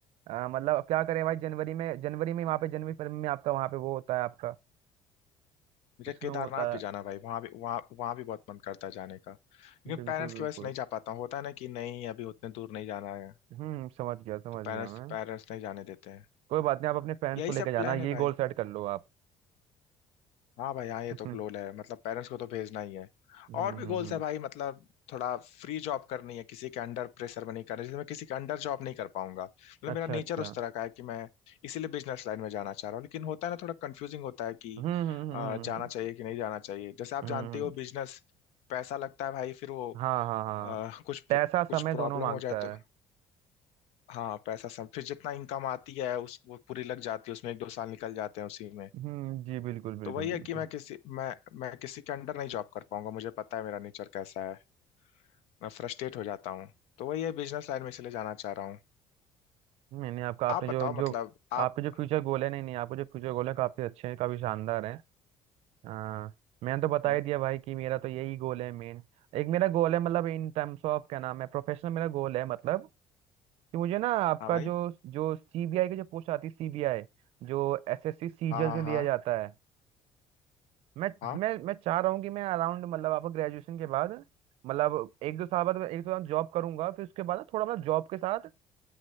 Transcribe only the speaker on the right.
अ, मतलब अब क्या करें भाई जनवरी में जनवरी में वहाँ पे जनवरी फरवरी में आपका वहाँ पे वो होता है आपका
स्नो
होता है
बिल्कुल
बिल्कुल
हम्म समझ गया समझ
गया
मैं
कोई बात नहीं आप अपने फ्रेंड्स
को लेकर
जाना
ये
गोल सेट कर लो आप
<laughs>
हम्म
हम्म
हम्म
अच्छा
अच्छा
हम्म हम्म हम्म
हम्म, हम्म।
हम्म
हाँ हाँ हाँ
पैसा
समय
दोनों मांगता
है
हम्म जी बिल्कुल बिल्कुल
बिल्कुल
नहीं नहीं आपका आपने
जो
जो
आपके जो फ्यूचर गोल है नहीं नहीं आपके जो फ्यूचर गोल है काफी अच्छे हैं काफी शानदार हैं आ, मैंने तो बता
ही दिया भाई कि मेरा तो यही गोल है मेन एक मेरा गोल है मतलब इन टर्म्स ऑफ क्या नाम है प्रोफेशनल मेरा गोल है मतलब कि मुझे ना आपका
जो जो सीबीआई की जो पोस्ट आती है सीबीआई जो एसएससी सीजीएल
में
दिया जाता है मैं
मैं मैं चाह रहा हूँ कि मैं अराउंड मतलब आपको ग्रेजुएशन के बाद मतलब एक दो साल बाद मैं एक दो साल जॉब करूंगा फिर उसके बाद ना थोड़ा मतलब जॉब के साथ